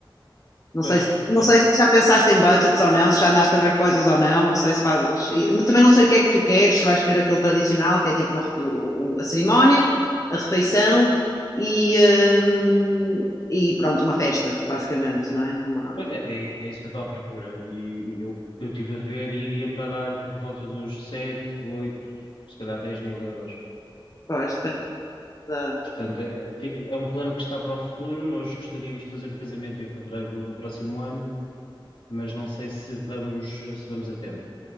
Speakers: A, on the left; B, on the left.
A: Não
B: Pois,
A: sei, se- não
B: certo.
A: sei se já pensaste em budgets ou não, se já andaste a ver coisas ou não, não sei se fazes. e também não sei o que é que tu queres, se vais querer aquilo tradicional, que é tipo uma refe- o- o- a cerimónia, a refeição e, hum, e pronto, uma festa, basicamente, não é? Uma,
B: Pois é, é, é isso que eu estou à procura. E eu, eu estive a ver e iria parar por volta dos 7 8 se calhar 10 mil euros.
A: pois, depende da.
B: Portanto, é, é um plano que está para o futuro. Nós gostaríamos de fazer o casamento em fevereiro do, do próximo ano, mas não sei se vamos, se vamos a tempo.